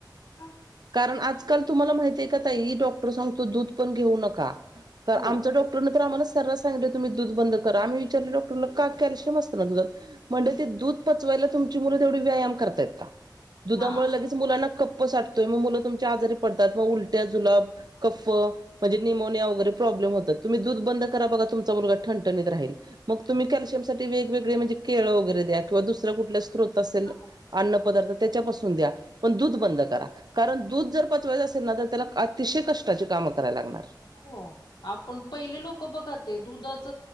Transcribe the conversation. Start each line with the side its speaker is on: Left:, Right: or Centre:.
Left: हा.
Right: कारण आजकाल तुम्हाला माहिती आहे का ताई, डॉक्टर सांगतो दूध पण घेऊ नका. तर
Left: हो
Right: आमचा डॉक्टरने तर आम्हाला सरळ सांगितलं तुम्ही दूध बंद करा, मी विचारले डॉक्टर का, कॅल्शिम असतंय ना दुधात, म्हणले ते दूध पचवायला तुमची मुलं तेवढी व्यायाम करतायत का? दुधामुळे
Left: हां.
Right: लगेच मुलांना कप्प साठतोय, मग मुलं तुमची आजारी पडतात, मग उलट्या जुलाब, कक्फ. म्हणजे निमोनिया वगैरे प्रॉब्लेम होतात, तुम्ही दुध बंद करा, बघा तुमचा मुलगा ठंणणीत राहील. मग तुम्ही कॅल्शियमठी वेगवेगळे म्हणजे केळ वगैरे द्या, किंवा दुसरा कुठला स्तोत असेल,
Left: हां.
Right: अन्न. पदार्थ त्याच्यापासून द्या. पण दूध बंद करा, कारण दूध जर पचवायचं असेल ना तर त्याला अतिशय कष्टाची कामं करायला लागणार.
Left: हो. आपण पहिले लोकं बघा ते, दुधाच